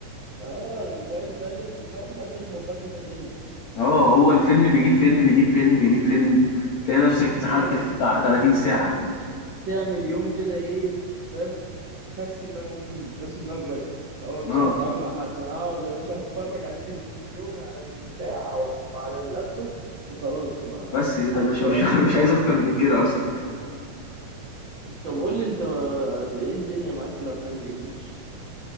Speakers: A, on the right (about 70°); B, on the left (about 60°).
A: اه الموبايل سايلنت تقعد بقى تخبط بقى كذا فيلم
B: اه هو الفيلم بيجيب فيلم بيجيب فيلم بيجيب فيلم تلاقي نفسك اتسحلت
A: اه
B: في بتاع 30 ساعة فاهم
A: تعمل يوم كده ايه تف- تفسي دماغك فيه تفسي دماغك بس اه مش
B: اه
A: عايز تتعامل مع حد انا اقعد يا باشا اتفرج على التلفزيون على البتاع او على اللابتوب وخلاص ما
B: بس كده
A: حدش
B: يا باشا
A: يقرب
B: مش, <laughs>
A: مني
B: مش عايز اكتر من كده اصلا
A: طب قول لي انت ايه الدنيا معاك في الافلام الانجليش